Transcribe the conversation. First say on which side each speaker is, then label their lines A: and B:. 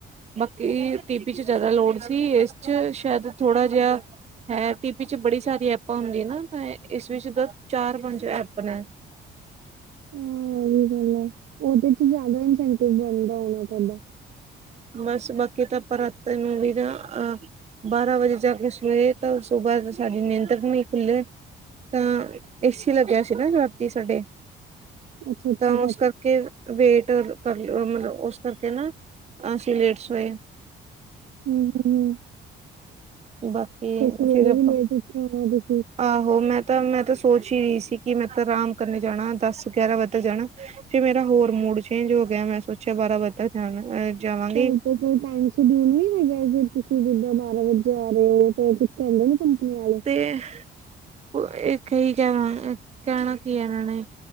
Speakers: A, on the right (about 35°); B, on the right (about 80°).
A: ਬਾੱਕੀ ਟੀਪੀ ਚ ਜਾਦਾ ਲੋੜ ਸੀ ਇਸ ਚ ਸ਼ੈਦ ਥੋੜਾ ਜਾ। ਹੈ <unintelligible> ਟੀ ਪੀ ਚ ਬੜੀ ਸਾਰੀ ਐਪਾਂ ਹੁੰਦੀਆਂ ਨਾ, ਇਸ ਵਿੱਚ ਤਾਂ ਚਾਰ, ਪੰਜ ਐਪ ਨੇ।
B: ਹਮ ਔਹੀ ਗੱਲ ਐ ਔਦੇ ਚ ਜ਼ਾਦਾ ਇਨਸੈਂਟਿਵ ਬੰਦ ਹੋਣਾ ਪੈਂਦਾ।
A: ਬਸ, ਬਾਕੀ ਤਾਂ ਪਰਾਤੇ ਨੂੰ ਵੀ ਨਾ। ਅ ਬਾਰਾਂ ਵਜੇ ਜਾ ਕੇ, ਸਵੇਰੇ ਤਾਂ ਸੁਬਾੱ ਸਾਡੀ ਨਿੰਦਰ ਨੀ ਖੁੱਲੀ। ਤਾਂ ਏਸੀ ਲੱਗਿਆ ਸੀ ਨਾ, ਰਾਤੀ ਸਾਡੇ।
B: ਅੱਛਾ ਅੱਛਾ
A: ਤਾਂ ਔਸ
B: ਰਾਤੀ
A: ਕਰਕੇ, ਵੇਟ ਕਰ ਲ ਮਤਲਬ ਔਸ ਕਰਕੇ ਨਾ। ਅਸੀ, ਲੇਟ ਸੋਏ।
B: ਹਮ-ਹਮ,
A: ਬਾਕੀ
B: ਫੇਰ ਸਵੇਰੇ
A: ਫਿਰ ਆਪਾਂ
B: ਵੀ ਲੇਟ ਉਠੇ ਹੋਣੇ ਔ ਤੁਸੀਂ।
A: ਆਹੋ, ਮੈਂ ਤਾਂ, ਮੈਂ ਤਾਂ ਸੋਚ ਹੀ ਰੀ ਸੀ, ਕਿ ਮੈਂ ਤਾਂ ਰਾਮ ਕਰਨੇ ਜਾਣਾ। ਦਸ-ਗਿਆਰਾਂ ਵਜੇ ਜਾਣਾ। ਫੇਰ, ਮੇਰਾ ਹੋਰ ਮੂਡ ਚੇਂਜ ਹੋ ਗਿਆ, ਮੈਂ ਸੋਚਿਆ ਬਾਰਾਂ ਵਜੇ ਤੱਕ ਜਾਨਾ ਜਾਵਾਂਗੀ।
B: ਘਰ ਤੇ ਕੋਈ ਟਾਈਮ ਸ਼ਡਿਊਲ ਨੀ ਹੈਗਾ, ਜੇ ਤੁਸੀਂ ਜਿੱਦਾਂ ਬਾਰਾਂ ਵਜੇ ਆ ਰੇ ਔ, ਤੇ ਕੁਛ ਕੈਂਦੇ ਨੀ ਕੰਪਨੀ ਆਲੇ।
A: ਤੇ ਹਹ, ਪ ਅ ਕੀ ਕੈਨਾ, ਕੈਣਾ ਕੀ ਏ ਐਨਾਂ ਨੇ।